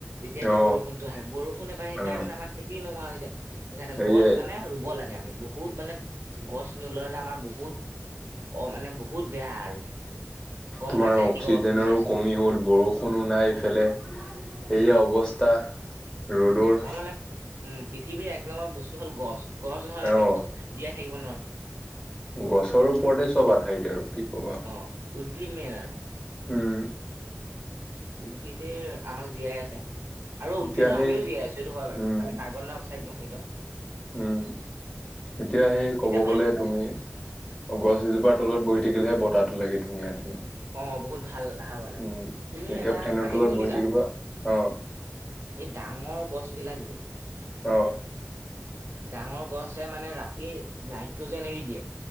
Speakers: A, on the right; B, on the left.
A: তেতিয়াতো
B: অ
A: বৰষুণতো আহে বৰষুণ এবাৰ সেইকাৰণে
B: অ
A: আমাৰ খেতি নোহোৱা হৈ যায় সেইকাৰণে
B: সেয়াই
A: গছ মানে ৰুব লাগে আমি বহুত মানে গছ নোললে আমাৰ বহুত অ মানে বহুত বেয়া আৰু গম
B: তোমাৰ
A: পাইছাই
B: অক্সিজেনৰো
A: কি ক'ব বিচাৰিছো
B: কমি হ'ল বৰষুণো নাই
A: অ
B: ফেলে এইয়া
A: উম
B: অৱস্থা ৰ'দৰ
A: আমাৰ মানে উম পৃথিৱীৰ এক নম্বৰ বস্তু হ'ল গছ গছ নহলে আমি
B: অ
A: জীয়াই থাকিব নোৱাৰো
B: গছৰ ওপৰতে চব আধাইদ আৰু কি কবা
A: অঁ উদ্ভিদ মেইন আৰু।
B: উম।
A: উদ্ভিদ আমাক জীয়াই আছে আৰু উদ্ভিদ
B: এতিয়া সেই
A: আমিও জীয়াই আছো এইটো হয় বাৰু
B: উম
A: আমি কাৰ্বন ডাই অক্সাইড নওঁ সটো
B: উম এতিয়া সেই ক'ব
A: এতিয়া ভা
B: গ'লে তুমি অ গছ এজোপাৰ তলত বহি থাকিলেহে বতাহটো লাগে ধুনীয়া ধুনীয়া।
A: অ বহুত ভাল হাৱা লাগে।
B: উম
A: তুমি
B: এতিয়া
A: এটা
B: ফেনৰ
A: কাহিনী
B: তলত
A: শুনিছা?
B: বহি থাকিবা অ
A: এই ডাঙৰ গছ বিলাক যে
B: অ।
A: ডাঙৰ গছ হে মানে ৰাতি নাইট্ৰজেন এৰি দিয়ে।